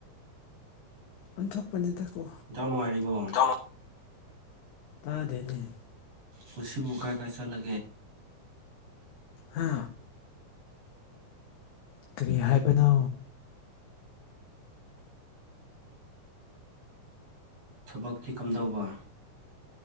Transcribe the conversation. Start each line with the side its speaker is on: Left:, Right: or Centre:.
Left: ꯑꯟꯊꯣꯛꯄꯅꯤꯗꯀꯣ
Right: ꯏꯇꯥꯎ ꯅꯨꯡꯉꯥꯏꯔꯤꯕꯣ
Left: ꯇꯥ ꯑꯗꯨꯅꯦ
Right: ꯄꯨꯁꯤ ꯣꯀꯥ ꯀꯥꯏꯆꯥꯂꯦ
Left: ꯍꯥ ꯀꯔꯤ ꯍꯥꯏꯕꯅꯣ
Right: ꯊꯕꯛꯇꯤ ꯀꯝꯗꯧꯕ